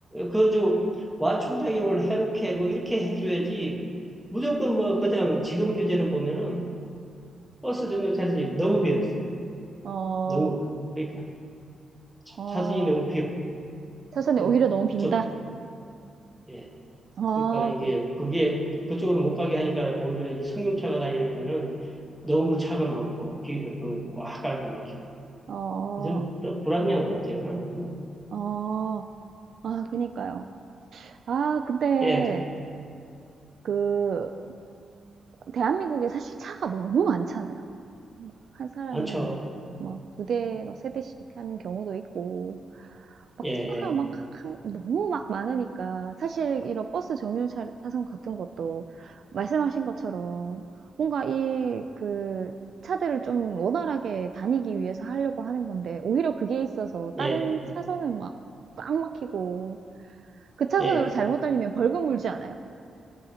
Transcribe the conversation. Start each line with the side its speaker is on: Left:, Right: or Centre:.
Centre: 그저 완충작용을 해롭게 뭐 이렇게 해줘야지 무조건 뭐 그냥 지금 교재는 보면은 버스 승용차선이 너무 비어 있어요.
Right: 어.
Centre: 너무 그러니까 차,
Right: 어.
Centre: 차선이 너무 비어.
Right: 사전에
Centre: 그좀
Right: 오히려 너무 빈다.
Centre: 예.
Right: 아,
Centre: 그러니까 이게
Right: 그,
Centre: 그게 그쪽으로 못 가게 하니까 오히려 이 승용차가 다니면은 너무 차가 많고 그꽉 깔고 막히고
Right: 어,
Centre: 좀 불- 불합리한 것 같아요 나는
Right: 어, 아, 그니까요. 아, 근데,
Centre: 예
Right: 그, 대한민국에 사실 차가 너무 많잖아요. 막한 사람이
Centre: 많죠
Right: 막 두 대, 막 세 대씩 하는 경우도 있고, 막
Centre: 어예예예예
Right: 차가 막 한- 너무 막 많으니까 사실 이런 버스 정류장 차- 차선 같은 것도 말씀하신 것처럼 뭔가 이 그 차들을 좀 원활하게 다니기 위해서 하려고 하는 건데 오히려 그게 있어서 다른
Centre: 예, 예,
Right: 차선은 막 꽉 막히고 그 차선으로
Centre: 예. 예.
Right: 잘못 달리면 벌금 물지 않아요?